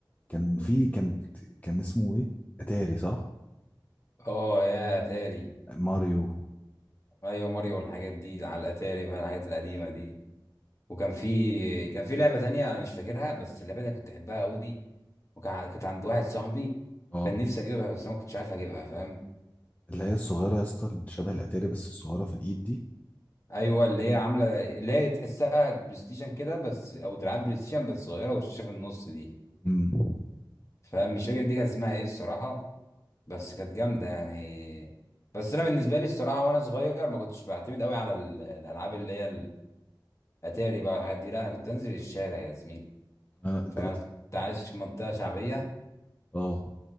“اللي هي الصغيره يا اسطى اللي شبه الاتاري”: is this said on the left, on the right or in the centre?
Left